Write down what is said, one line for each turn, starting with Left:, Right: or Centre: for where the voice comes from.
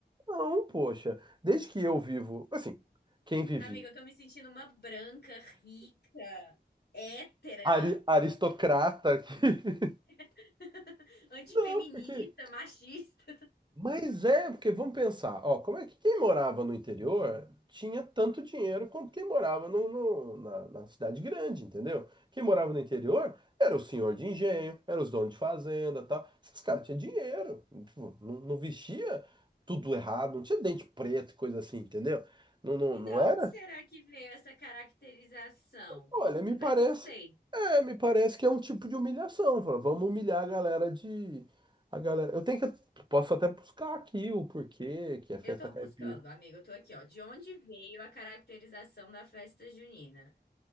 Right: Não, poxa. Desde que eu vivo, assim, quem vivia?
Left: Amiga, eu tô me sentindo uma branca, rica, hétera,
Right: Ari- aristocrata que. <laughs>
Left: <laughs> antifeminista,
Right: Não, porque
Left: machista.
Right: Mas é, porque vamos pensar, ó, como é que quem morava no interior tinha tanto dinheiro quanto quem morava no, no- na, na cidade grande, entendeu? Quem morava no interior era o senhor de engenho, era os donos de fazenda, tal. Esses caras tinham dinheiro, tipo, não, não vestia tudo errado, não tinha dente preto, e coisa assim, entendeu? Não, não,
Left: E
Right: não
Left: da
Right: era
Left: onde será que veio essa caracterização?
Right: Olha, me
Left: Um
Right: parece,
Left: preconceito.
Right: é, me parece que é um tipo de humilhação. Fala, vamos humilhar a galera de, a galera. Eu tenho que, posso até buscar aqui o porquê que é festa
Left: Eu tô
Right: caipira.
Left: buscando, amiga, eu tô aqui, ó. De onde veio a caracterização da festa junina?